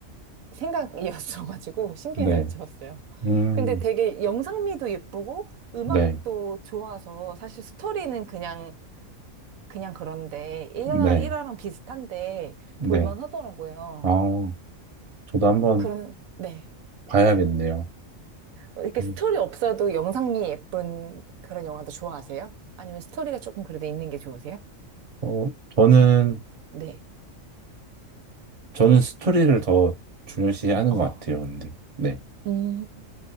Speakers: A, on the right; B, on the right.
A: 생각이었어가지고 <laughs> 신기해서
B: 네,
A: 여쭤봤어요.
B: 음,
A: 근데 되게 영상미도 예쁘고 음악도
B: 네,
A: 좋아서 사실 스토리는 그냥 그냥 그런데 일화,
B: 네,
A: 일화랑 비슷한데
B: 네.
A: 볼만 하더라고요.
B: 아, 저도 한번
A: 그런 네.
B: 봐야겠네요.
A: 이렇게
B: 음,
A: 스토리 없어도 영상미 예쁜 그런 영화도 좋아하세요? 아니면 스토리가 조금 그래도 있는 게 좋으세요?
B: 어, 저는,
A: 네.
B: 저는 스토리를 더 중요시하는
A: 어.
B: 것 같아요, 근데. 네.
A: 음.